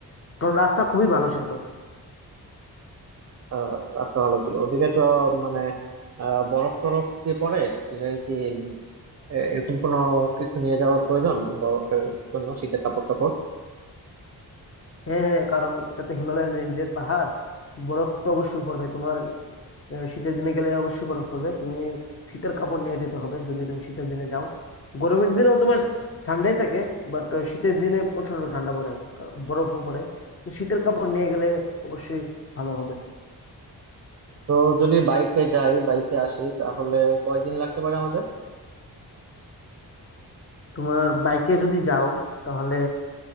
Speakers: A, on the left; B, on the right.
A: কারণ রাস্তা খুবই ভালো ছিল
B: আহ, রাস্তা ভালো ছিল ওদিকে তো মানে আহ, বরফ টরফ দিয়ে পরে যে কি উম, এ- এরকম কোনো কিছু নিয়ে যাওয়ার প্রয়োজন বরফের জন্য শীতের কাপড় টাপড়
A: হ্যাঁ হ্যাঁ কারণ এটা তো হিমালয়ান রেঞ্জের পাহাড় বরফ তো অবশ্যই পড়বে তোমার আহ, শীতের দিনে গেলে অবশ্যই বরফ পড়বে তুমি শীতের কাপড় নিয়ে যেতে হবে যদি তুমি শীতের দিনে যাও গরমের দিনেও তোমার ঠান্ডাই থাকে বাট শীতের দিনে প্রচন্ড ঠান্ডা পড়ে কা- বরফও পড়ে তো শীতের কাপড় নিয়ে গেলে অবশ্যই ভালো হবে
B: তো যদি বাইকে যাই বাইকে আসি তাহলে কয়দিন লাগতে পারে আমাদের
A: তোমার বাইকে যদি যাও তাহলে